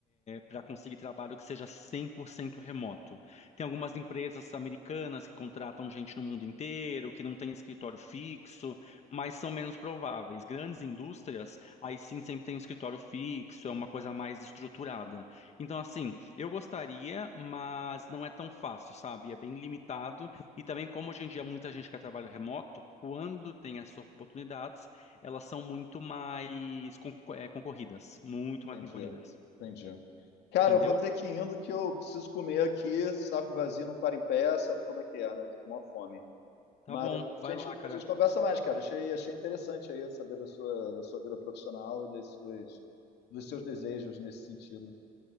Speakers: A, on the left; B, on the left.
A: para conseguir trabalho que seja 100% remoto. Tem algumas empresas americanas que contratam gente no mundo inteiro, que não tem escritório fixo, mas são menos prováveis. Grandes indústrias, aí sim sempre tem um escritório fixo, é uma coisa mais estruturada. Então, assim, eu gostaria, mas não é tão fácil, sabe? É bem limitado. E também, como hoje em dia muita gente quer trabalho remoto, quando tem essas oportunidades, elas são muito mais con- eh, concorridas, muito mais
B: Entendi,
A: concorridas,
B: entendi. Cara,
A: entendeu?
B: eu vou ter que ir indo que eu preciso comer aqui, saco vazio não para em pé, sabe como é que é, né? Tô com uma fome.
A: Tá
B: Mas
A: bom,
B: depois
A: vai
B: a gente,
A: lá, cara.
B: a gente conversa mais, cara. Achei, achei interessante aí saber da sua, da sua vida profissional e das suas, dos seus desejos nesse sentido.